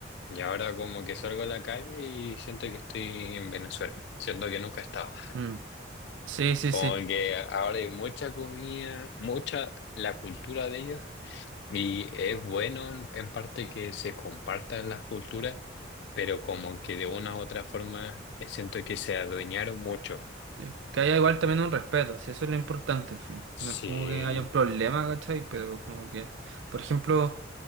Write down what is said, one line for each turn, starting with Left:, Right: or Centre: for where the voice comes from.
Left: Y ahora como que salgo a la calle y siento que estoy en Venezuela, siento que nunca he estado.
Right: Mm. Sí, sí,
Left: Como
Right: sí,
Left: que ahora hay mucha comida, mucha, la cultura de ellos. Y es bueno en, en parte que se compartan las culturas, pero como que de una u otra forma eh, siento que se adueñaron mucho.
Right: sí. Que haya igual también un respeto, si eso es lo importante al final.
Left: Sí.
Right: No es como que haya un problema, ¿cachai? Pero como que, por ejemplo,